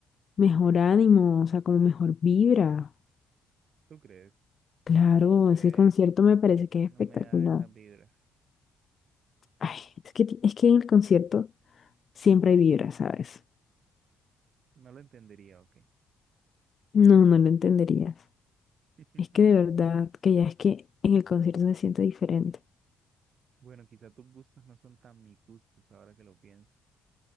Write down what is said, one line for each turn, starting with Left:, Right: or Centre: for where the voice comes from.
Left: mejor ánimo, o sea, como mejor vibra.
Right: ¿Tú crees?
Left: Claro,
Right: No sé,
Left: ese concierto me parece que
Right: no
Left: es espectacular.
Right: me da esa vibra.
Left: Ay, es que, ti- es que en el concierto siempre hay vibra, ¿sabes?
Right: No lo entendería, ok.
Left: No, no lo entenderías.
Right: <laughs>
Left: Es que de verdad, que ya es que en el concierto se siente diferente.
Right: Bueno, quizá tus gustos no son tan mis gustos ahora que lo pienso.